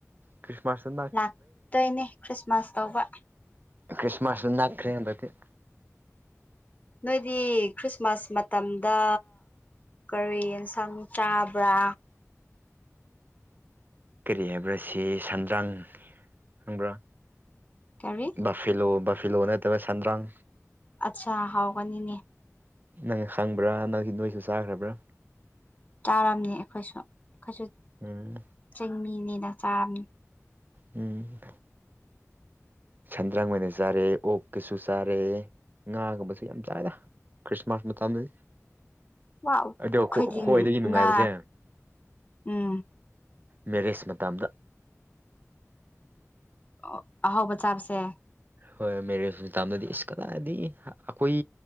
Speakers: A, on the right; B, on the left.
A: ꯈ꯭ꯔꯤꯁꯃꯥꯁꯇꯅ
B: ꯂꯥꯛꯇꯣꯏꯅꯦ ꯈ꯭ꯔꯤꯁꯃꯥꯁ ꯇꯧꯕ
A: ꯈ꯭ꯔꯤꯁꯃꯥꯁꯁꯨ ꯅꯥꯛꯈ꯭ꯔꯦ ꯍꯟꯗꯛꯇꯤ
B: ꯅꯣꯏꯗꯤ ꯈ꯭ꯔꯤꯁꯃꯥꯁ ꯃꯇꯝꯗ ꯀꯔꯤ ꯑꯦꯟꯁꯥꯡ ꯆꯥꯕ꯭ꯔꯥ
A: ꯀꯔꯤ ꯍꯥꯏꯕ꯭ꯔꯥ ꯁꯤ ꯁꯟꯗ꯭ꯔꯥꯡ ꯈꯪꯕ꯭ꯔꯥ
B: ꯀꯔꯤ
A: ꯕꯥꯐꯦꯂꯣ ꯕꯥꯐꯦꯂꯣ ꯅꯠꯇꯕ ꯁꯟꯗ꯭ꯔꯥꯡ
B: ꯑꯠꯆꯥ ꯍꯥꯎꯒꯅꯤꯅꯦ
A: ꯅꯪ ꯈꯪꯕ꯭ꯔꯥ ꯅꯪꯒꯤ ꯅꯣꯏꯁꯨ ꯆꯥꯈ꯭ꯔꯕ꯭ꯔꯥ
B: ꯆꯥꯔꯝꯅꯤ ꯑꯩꯈꯣꯏꯁꯨ ꯑꯩꯈꯣꯏꯁꯨ
A: ꯎꯝ
B: ꯆꯤꯡꯃꯤꯅꯤꯅ ꯆꯥꯔꯝꯅꯤ
A: ꯎꯝ ꯁꯟꯗ꯭ꯔꯪ ꯑꯣꯏꯅ ꯆꯥꯔꯦ ꯑꯣꯛꯀꯁꯨ ꯆꯥꯔꯦ ꯉꯥꯒꯨꯝꯕꯁꯨ ꯌꯥꯝ ꯆꯥꯏꯗ ꯈ꯭ꯔꯤꯁꯃꯥꯁ ꯃꯇꯝꯗꯅꯤ
B: ꯋꯥꯎ ꯑꯩꯈꯣꯏꯗꯤ
A: ꯑꯗꯣ ꯈꯣꯏꯗꯒꯤ ꯅꯨꯡꯉꯥꯏꯕꯁꯦ
B: ꯉꯥ ꯎꯝ
A: ꯃꯦꯔꯦꯖ ꯃꯇꯝꯗ
B: ꯑꯣ ꯑꯍꯥꯎꯕ ꯆꯥꯕꯁꯦ
A: ꯍꯣꯏ ꯃꯦꯔꯦꯖ ꯃꯇꯝꯗꯗꯤ ꯏꯁ ꯀꯗꯥꯏꯗꯤ ꯑꯩꯈꯣꯏ